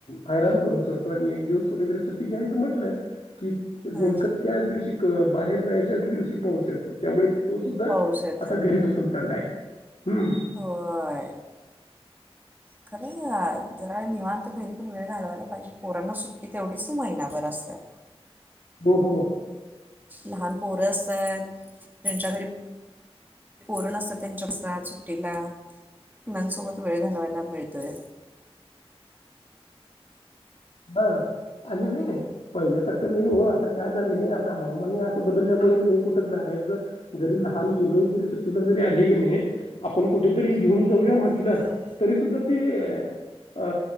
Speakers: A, on the left (about 85°); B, on the right (about 20°).
A: हैरान करून सोडतो आणि एक दिवस कुठेतरी सुट्टी घ्यायचं म्हटलं. की नेमकं
B: हां
A: त्याच दिवशी बाहेर जायच्याच दिवशी पाऊस येतो त्यामुळे तू सुद्धा,
B: पाऊस येतं
A: आता घरी बसून चाललाय हम्म
B: होय खरं, जरा निवांत बाहेर पण वेळ घालवायला पाहिजे परांना सुट्टी तेवढीच महिना भर असते.
A: हो हो
B: लहान पोरं असतात त्यांच्या घरी पोरण असतात त्यांच्या सुट्टीला मुलांसोबत वेळ घालवायला मिळतोय
A: हा आणि नाही पहिल्यासारखं नाही हो आता काय झालं आता हवामान हे असं बदलल्यामुळेच नाही कुठं जायच जरी लहान मुलंग जरी सुट्टीला जरी आली की नाही आपण कुठेतरी घेऊन जाऊया म्हटलं
B: हां
A: तरी सुद्धा ते अ